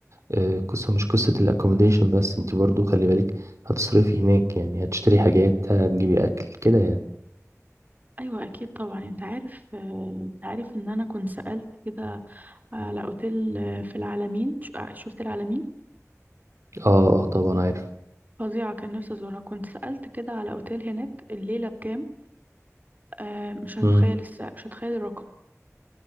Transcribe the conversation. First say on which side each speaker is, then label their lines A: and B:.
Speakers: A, on the right; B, on the right.
A: آه، قصة مش قصة الأكوموديشن بس انت برضه خلي بالك هتصرفي هناك يعني هتشتري حاجات هتجيبي أكل كده يعني
B: أيوة أكيد طبعا أنت عارف آه، أنت عارف إن أنا كنت سألت كده على أوتيل آه، في العلمين ش- آه، شفت العلمين
A: اه اه طبعا عارف
B: فظيعة كان نفسي أزورها كنت سألت كده على أوتيل هناك الليلة بكام آه، مش هتتخيل
A: مم.
B: السعر مش هتتخيل الرقم